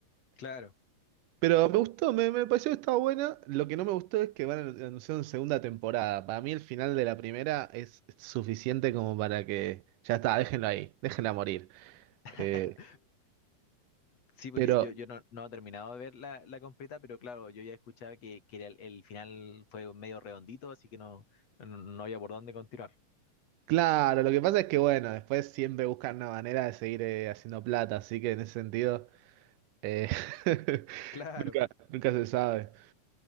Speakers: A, on the left; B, on the right.
A: Claro.
B: Pero me gustó, me, me pareció que estaba buena. Lo que no me gustó es que van a anunciar una segunda temporada. Para mí el final de la primera es suficiente como para que ya está, déjenlo ahí, déjenla morir.
A: <laughs>
B: Eh,
A: Sí, pues
B: Pero
A: yo, yo, yo no, no he terminado de ver la, la completa, pero claro, yo ya escuchaba que, que era el, el final fue medio redondito, así que no, no, no había por dónde continuar.
B: claro, lo que pasa es que bueno, después siempre buscan una manera de seguir eh, haciendo plata, así que en ese sentido eh, <laughs>
A: Claro.
B: nunca, nunca se sabe.